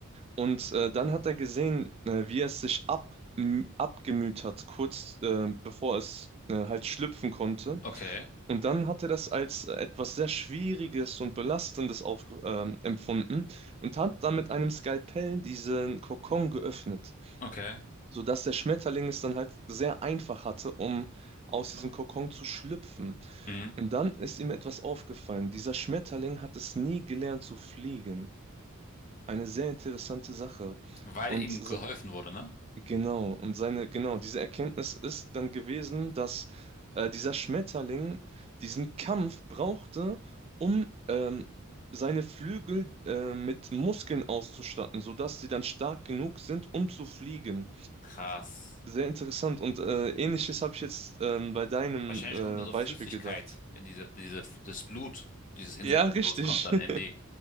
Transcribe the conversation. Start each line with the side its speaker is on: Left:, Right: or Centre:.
Right: Und äh, dann hat er gesehen, äh, wie es sich ab, m- abgemüht hat, kurz äh, bevor es äh, halt schlüpfen konnte.
Left: Okay,
Right: Und dann hat er das als äh, etwas sehr Schwieriges und Belastendes aufge ähm, empfunden und hat dann mit einem Skalpell diesen Kokon geöffnet,
Left: okay.
Right: sodass der Schmetterling es dann halt sehr einfach hatte, um aus diesem
Left: Ja.
Right: Kokon zu schlüpfen.
Left: Mhm.
Right: Und dann ist ihm etwas aufgefallen. Dieser Schmetterling hat es nie gelernt zu fliegen. Eine sehr interessante Sache.
Left: Weil
Right: Und
Left: ihm
Right: s-
Left: geholfen wurde, ne?
Right: Genau, und seine, genau, diese Erkenntnis ist dann gewesen, dass äh, dieser Schmetterling diesen Kampf brauchte, um ähm, seine Flügel äh, mit Muskeln auszustatten, sodass sie dann stark genug sind, um zu fliegen.
Left: Krass.
Right: Sehr interessant. Und äh, ähnliches habe ich jetzt ähm, bei deinem
Left: Wahrscheinlich
Right: äh,
Left: kommt da so
Right: Beispiel
Left: Flüssigkeit
Right: gedacht.
Left: in diese, diese, das Blut, dieses Insektenblut
Right: Ja, richtig.
Left: kommt dann
Right: <laughs>
Left: in die,